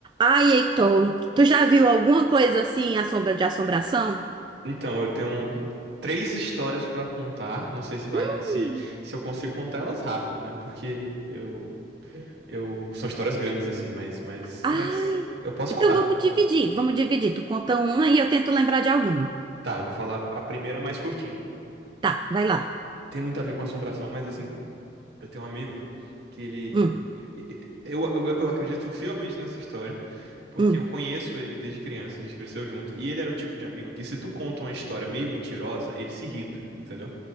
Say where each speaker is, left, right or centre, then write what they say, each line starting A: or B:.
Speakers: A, on the right (about 25°); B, on the right (about 65°).
A: Ai, Heitor, tu já viu alguma coisa assim, a sombra de assombração?
B: Então, eu tenho três histórias pra contar. Não sei se vai,
A: Hum,
B: se, se eu consigo contar elas rápido, né? Porque eu, eu são histórias grandes assim, mas, mas,
A: Ai,
B: mas eu posso
A: então
B: falar.
A: vamos dividir, vamos dividir. Tu conta uma e eu tento lembrar de alguma.
B: Tá, eu vou falar a primeira mais curtinha.
A: Tá, vai lá.
B: Tem muito a ver com assombração, mas assim, eu tenho um amigo que ele,
A: Hum,
B: eu, eu, eu acredito fielmente nessa história, porque
A: hum,
B: eu conheço ele desde criança, a gente cresceu junto, e ele era o tipo de amigo que se tu conta uma história meio mentirosa, ele se irrita, entendeu?